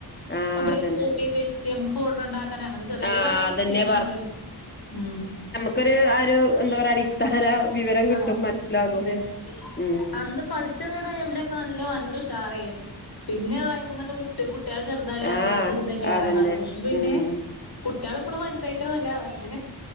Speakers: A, on the left; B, on the left.
A: ആ
B: പ്പ
A: അതന്നെ
B: കോപ്പി പേസ്റ്റ് ഞമ്മക്ക് ഫോൾഡർ ഉണ്ടാക്കന് അങ്ങനെ ചെറിയെറിയ
A: ആ
B: കാര്യങ്ങളൊക്കെ
A: അതന്നെ
B: അറിയാം നമ്മക്ക് ഉം
A: ക്കൊര് അരു എന്താ പറയാ അടിസ്ഥാന വിവരം കിട്ടും
B: ആഹ്
A: മനസ്സിലാകും.
B: അതെ
A: ഉം
B: അന്ന് പഠിച്ചെറങ്ങ്ണ ടൈമിലൊക്കെ നല്ലം നല്ല ഉഷാറേനു പിന്നെ അത് അയിമെന്നണ്ട് വിട്ട് കുട്ട്യാള് ചെറുതല്ലേ <unintelligible>
A: ആ
B: ചെറുതല്ലേ പറഞ്ഞാണ്ട്
A: അതന്നെ
B: ഇപ്പൊ പിന്നെ
A: ഉം
B: കുട്ട്യാള് ഇപ്പളും വലുതായിട്ടൊന്നല്ല പഷേ